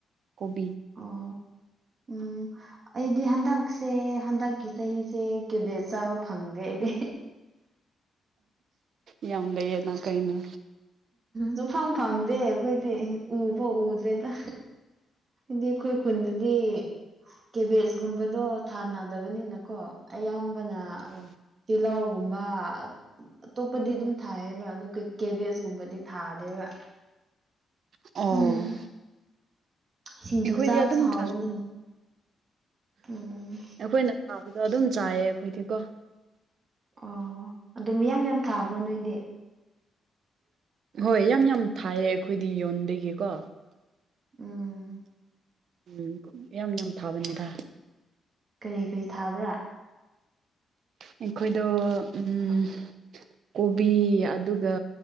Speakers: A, on the right; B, on the right.
A: ꯀꯣꯕꯤ
B: ꯑꯣ ꯎꯝ ꯑꯩꯗꯤ ꯍꯟꯗꯛ ꯁꯦ ꯍꯟꯗꯛꯀꯤ ꯆꯍꯤꯁꯦ ꯀꯦꯕꯦꯠ ꯆꯥꯕ ꯐꯪꯗꯦ ꯑꯩꯗꯤ
A: ꯌꯥꯝ ꯂꯩꯌꯦꯅ ꯀꯩꯅꯣ
B: ꯁꯨꯝꯐꯪ ꯐꯪꯗꯦ ꯑꯩꯈꯣꯏꯗꯤ ꯎ ꯐꯥꯎ ꯎꯗ꯭ꯔꯦꯗ ꯗꯤ ꯑꯩꯈꯣꯏ ꯈꯨꯟꯗꯗꯤ ꯀꯦꯕꯦꯁꯒꯨꯝꯕꯗꯣ ꯊꯥꯅꯗꯕꯅꯤꯅꯀꯣ ꯑꯌꯥꯝꯕꯅ
A: ꯑꯣ
B: ꯇꯤꯂꯧꯒꯨꯝꯕ ꯑꯠ ꯑꯇꯣꯞꯄꯗꯤ ꯑꯗꯨꯝ ꯊꯥꯏꯌꯦꯕ ꯑꯗꯨ ꯀꯩ ꯀꯦꯕꯦꯁꯒꯨꯝ ꯕꯗꯤ ꯊꯥꯗꯦꯕ
A: ꯑꯣ
B: ꯎꯝ ꯁꯤꯡꯖꯨ
A: ꯑꯩꯈꯣꯏꯗꯤ
B: ꯆꯥꯕꯁꯨ
A: ꯑꯗꯨꯝ
B: ꯍꯥꯎꯕꯅꯤꯅꯦ
A: ꯊꯥꯡ
B: ꯎꯝ
A: ꯑꯩꯈꯣꯏꯅ ꯊꯥꯕꯗꯣ ꯑꯗꯨꯝ ꯆꯥꯏꯌꯦ ꯑꯩꯈꯣꯏꯗꯤꯀꯣ
B: ꯑꯣ ꯑꯗꯨꯝ ꯌꯥꯝ ꯌꯥꯝ ꯊꯥꯕ꯭ꯔꯣ ꯅꯣꯏꯗꯤ
A: ꯍꯣꯏ ꯌꯥꯝ ꯌꯥꯝ ꯊꯥꯏꯌꯦ ꯑꯩꯈꯣꯏꯗꯤ ꯌꯣꯟꯕꯒꯤꯀꯣ
B: ꯎꯝ
A: ꯎꯝ ꯌꯥꯝ ꯌꯥꯝ ꯊꯥꯕꯅꯤꯗ
B: ꯀꯔꯤ ꯀꯔꯤ ꯊꯥꯕ꯭ꯔꯥ
A: ꯑꯩꯈꯣꯏꯗꯣ ꯎꯝ ꯀꯣꯕꯤ ꯑꯗꯨꯒ